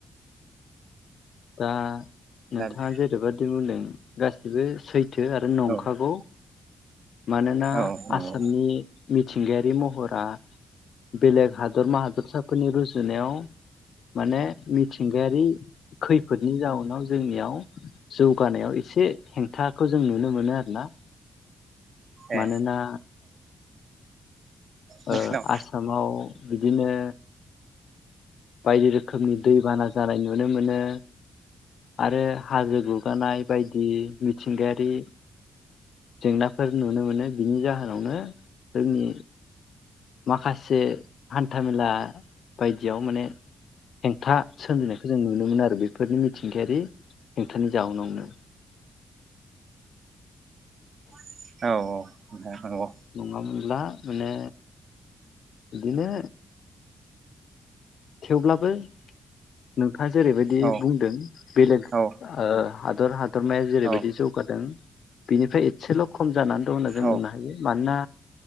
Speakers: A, on the left; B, on the right.
A: दा नोंथाङा
B: दा बे
A: जेरैबा <unintelligible> गासिबो सै थो आरो नंखागौ।
B: औ
A: मानोना
B: औ नंगौ
A: आसामनि मिथिंगायारि महरा बेलेग हादरमा हादरसाफोरनि रुजुनायाव माने मिथिंगायारि खैफोदनि जाउनाव जोंनियाव जौगानायाव एसे हेंथाखौ जों नुनो मोनो आरोना
B: ए
A: मानोना
B: नोंसिनाव
A: ओ आसामाव बिदिनो बायदि रोखोमनि दैबाना जानाय नुनो मोनो आरो हाजो गुगानाय बायदि मिथिंगायारि। जेंनाफोर नुनो मोनो बिनि जाहोनावनो जोंनि माखासे हान्थामेला बायदियाव माने हेंथा सोमजिनायखौ जों नुनो मोनो आरो बेफोरनि मिथिंगायारि हेंथानि जाउनावनो
B: औ औ। नंगौ
A: <unintelligible> अब्ला माने बिदिनो थेवब्लाबो <unintelligible> बिथांङा जेरैबायदि
B: औ
A: बुंदों बेलेग
B: औ
A: ओ हादर हाद हदरमाया जेरैबायदि
B: औ
A: जौगादों। बेनिफ्राय एसेल' खम जानानै दं होनना जों
B: औ
A: बुंनो हायो मानोना